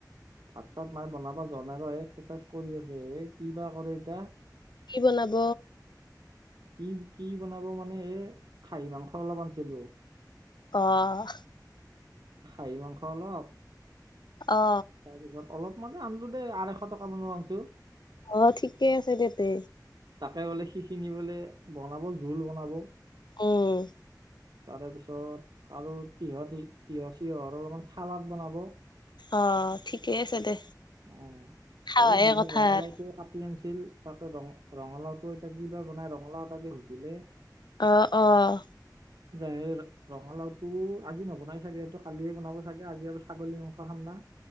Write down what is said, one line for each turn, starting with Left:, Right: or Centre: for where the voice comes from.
Right: ভাত চাত মাই বনাব যোৱা নাই ৰ' এক্সাৰচাইজ কৰি আছে এ কি বা কৰে এতিয়া?
Left: কি বনাব?
Right: কি কি বনাব মানে এ খাহী মাংস অলপ আনিছিলো।
Left: অহ।
Right: খাহী মাংস অলপ
Left: অ।
Right: তাৰপিছত অলপ মানে আনলো দে আঢ়ৈশ টকা মান আনছো।
Left: অ ঠিকে আছে দেতে।
Right: তাকে বোলে সিখিনি বোলে বনাব জোল বনাব।
Left: উম।
Right: তাৰে পিছত আৰু তিহ তিহৰ চিহৰ অলপমান চালাড বনাব।
Left: অ' ঠিকে আছে দে।
Right: অহ
Left: খাৱাহে
Right: এই দিনত
Left: কথা
Right: ৰঙালাউ
Left: আৰু
Right: টোও কাটি আনিছিল। তাতে ৰঙ ৰঙালাউ টোও এতিয়া কি বা বনাই ৰঙালাউ এটা যে হৈছিলে।
Left: অ' অহ।
Right: <unintelligible> ৰঙালাউ টোও আজি নবনাই চাগে এইটো কালিয়ে বনাব চাগে আজি আৰু ছাগলী মাংস খাম না।